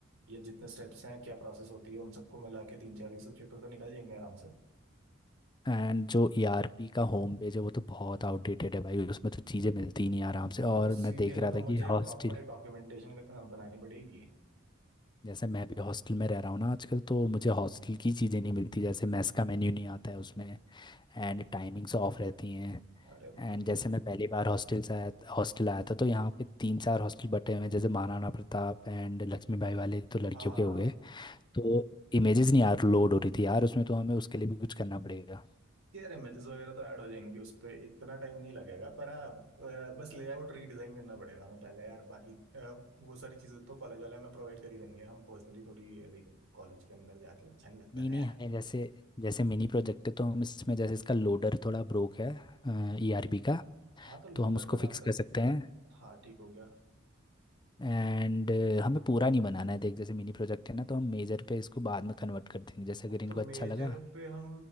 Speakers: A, on the right (about 85°); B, on the left (about 20°).
A: ये जितने स्टेप्स हैं क्या प्रोसेस होती है उन सबको मिला के तीन चार रिसर्च पेपर तो निकल जाएंगे आराम से
B: एंड जो ईआरपी का होम पेज है वो तो बहुत आउटडेटेड है भाई उसमें तो चीज़ें मिलती ही नहीं आराम
A: आ,
B: से और
A: उसी
B: मैं देख
A: के लिए
B: रहा
A: तो
B: था
A: मुझे
B: कि हॉस्टल
A: प्रॉपर एक डॉक्यूमेंटेशन बनानी पड़ेगी
B: जैसे मैं भी हॉस्टल में रह रहा हूँ ना आजकल तो मुझे हॉस्टल की चीज़ें नहीं मिलती जैसे मेस का मेन्यू नहीं आता है उसमें एंड टाइमिंग्स ऑफ रहती हैं
A: अरे
B: एंड
A: भाई
B: जैसे मैं पहली बार हॉस्टल से आया हॉस्टल आया था तो यहाँ पे तीन चार हॉस्टल बटे हुए हैं जैसे महाराणा प्रताप एंड लक्ष्मीबाई वाले तो लड़कियों
A: हाँ
B: के हो गए तो इमेजेस नहीं यार लोड हो रही थी यार उसमें तो हमें उसके लिए भी कुछ करना पड़ेगा
A: यार इमेजेस वगैरह तो ऐड हो जाएंगी उस पर इतना टाइम नहीं लगेगा पर हाँ अ, बस लेआउट रीडिजाइन करना पड़ेगा हमें पहले यार बाकी अ, वो सारी चीज़ें तो कॉलेज वाले हमें प्रोवाइड कर ही देंगे हम पर्सनली थोड़ी कॉलेज के अंदर जाके अच्छा नहीं लगता
B: नहीं
A: ना
B: नहीं हमें जैसे जैसे मिनी प्रोजेक्ट है तो हम इसमें जैसे इसका लोडर थोड़ा ब्रोक है ई आर बी का
A: हाँ तो लोडर
B: तो हम उसको
A: पे काम
B: फिक्स
A: करना
B: कर सकते हैं
A: हाँ ठीक हो गया
B: एंड हमें पूरा नहीं बनाना है देख जैसे मिनी प्रोजेक्ट है ना तो हम मेजर पे इसको बाद में कन्वर्ट कर देंगे जैसे अगर
A: अब
B: इनको
A: तो मेजर
B: अच्छा लगा
A: पे हम